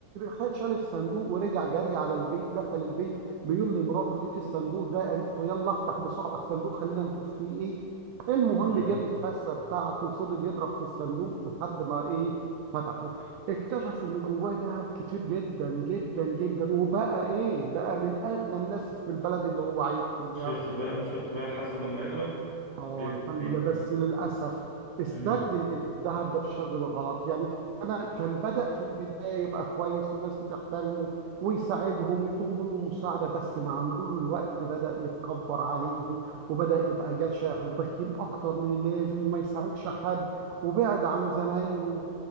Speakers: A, on the right; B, on the right.
A: فشال الصندوق ورجع جري على البيت دخل البيت بيقول لمراته لقيت الصندوق ده قالت له يلا افتح بسرعة الصندوق خلينا نشوف فيه ايه المهم
B: مم.
A: جاب الفاسة بتاعته وفضل يضرب في الصندوق لحد ما ايه فتحه اكتشف ان جواه ذهب كتير جدا جدا جدا وبقى ايه بقى من اغنى الناس في البلد اللي هو عايش فيها
B: شفت بقى شفت بقى الحظ لما يضرب
A: اه
B: بي...
A: الحمد
B: بي...
A: لله بس للاسف استخدم
B: مم.
A: الذهب ده بشكل غلط يعني انا كان بدأ في البداية يبقى كويس والناس بتحترمه ويساعدهم ويطلبوا منه المساعدة بس مع مرور الوقت بدأ يتكبر عليهم وبدأ يبقى جشع وبخيل أكتر من اللازم وما يساعدش حد وبعد عن زمايله